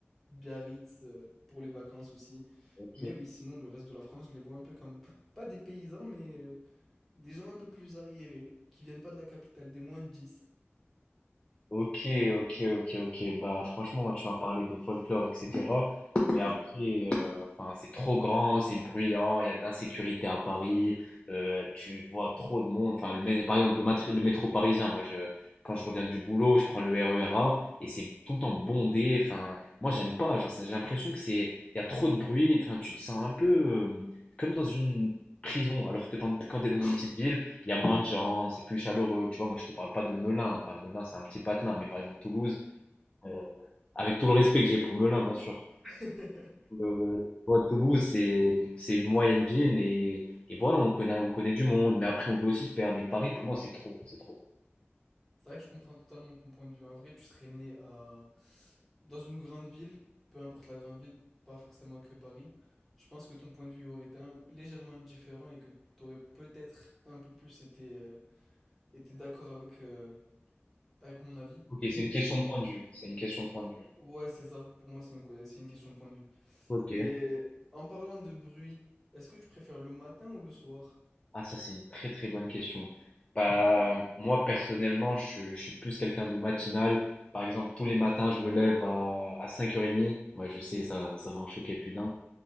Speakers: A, in the centre; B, on the left.
A: Biarritz euh, pour les vacances aussi.
B: Ok.
A: Mais oui, sinon, le reste de la France, je les vois un peu comme, pas des paysans, mais euh, des gens un peu plus arriérés, qui viennent pas de la capitale, des moins de 10.
B: Ok, ok, ok, ok. Bah, franchement, tu m'as parlé de folklore, etc. Mais après,
A: <laughs>
B: euh, enfin, c'est trop grand, c'est bruyant, il y a de l'insécurité à Paris, euh, tu vois trop de monde. Enfin, le, mé- par exemple, le, matri- le métro parisien, moi, je, quand je reviens du boulot, je prends le RER et c'est tout le temps bondé. Enfin, moi, j'aime pas. Genre, c'est- j'ai l'impression que c'est, il y a trop de bruit. Enfin, tu te sens un peu euh, comme dans une prison, alors que t'en- quand tu es dans une petite ville, il y a moins de gens, c'est plus chaleureux. Tu vois, moi, je te parle pas de Melun. Enfin, Melun, c'est un petit patelin, mais par exemple, Toulouse, euh, avec tout le respect que j'ai pour Melun, bien sûr.
A: C'est
B: Le- tu vois, Toulouse, c'est c'est une moyenne ville et, et voilà, on connaît, on connaît du monde, mais après, on peut aussi se perdre. Mais Paris, pour moi, c'est trop, c'est trop.
A: vrai que je comprends totalement ton point de vue. En vrai, tu serais né à... dans une grande ville, peu importe la grande ville, pas forcément que Paris. Je pense que ton point de vue aurait été un- légèrement différent et que tu aurais peut-être un peu plus été, euh, été d'accord avec, euh, avec mon avis.
B: Ok, c'est une question de point de vue. C'est une question de point de vue.
A: Ouais, c'est ça. Pour moi, c'est une, que- c'est une question de point de vue.
B: Ok.
A: Et en parlant de bruit, est-ce que tu préfères le matin ou le soir?
B: Ah, ça, c'est une très très bonne question. Bah, moi, personnellement, je, suis je suis plus quelqu'un de matinal. Par exemple, tous les matins, je me lève à, à 5h30. Ouais, je sais, ça, ça va en choquer, plus d'un.